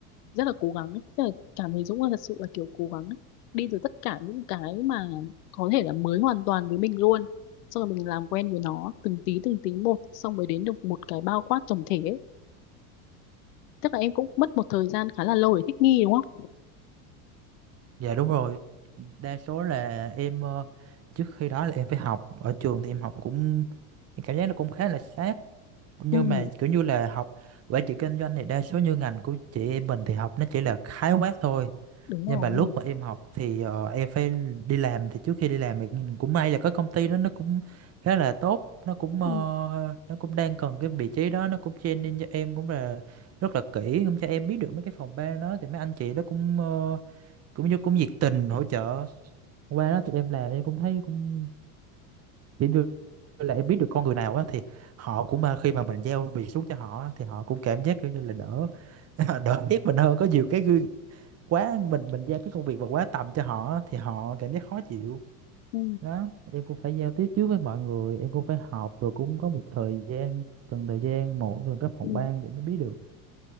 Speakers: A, on the left; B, on the right.
A: rất là cố gắng ấy. Tức là cảm thấy Dũng là thật sự là kiểu cố gắng ấy. Đi từ tất cả những cái mà có thể là mới hoàn toàn với mình luôn xong rồi mình làm quen với nó từng tí từng tí một xong mới đến được một cái bao quát tổng thể ấy. Tức là em cũng mất một thời gian khá là lâu để thích nghi đúng không?
B: dạ đúng rồi đa số là em ờ, trước khi đó là em phải học ở trường thì em học cũng em cảm giác nó cũng khá là sát nhưng
A: Ừ,
B: mà kiểu như là học quản trị kinh doanh thì đa số như ngành của chị em mình thì học nó chỉ là khái quát thôi
A: đúng rồi.
B: nhưng mà lúc mà em học thì ờ, em phải đi làm thì trước khi đi làm thì nhìn cũng may là có công ty đó nó cũng khá là tốt nó cũng ờ,
A: Ừ,
B: nó cũng đang cần cái vị trí đó nó cũng training cho em cũng là rất là kỹ cũng cho em biết được mấy cái phòng ban đó thì mấy anh chị đó cũng ờ, cũng như cũng nhiệt tình hỗ trợ qua đó thì em làm em cũng thấy cũng kiểu như là em biết được con người nào á thì họ cũng à, khi mà mình giao việc xuống cho họ á, thì họ cũng cảm giác kiểu như là đỡ <laughs> đỡ biết mình hơn có nhiều cái gương quá mình mình giao cái công việc mà quá tầm cho họ á, thì họ cảm giác khó chịu
A: ừ,
B: đó em cũng phải giao tiếp trước với mọi người em cũng phải học rồi cũng có một thời gian từng thời gian một từng các phòng
A: ừ.
B: ban để mới biết được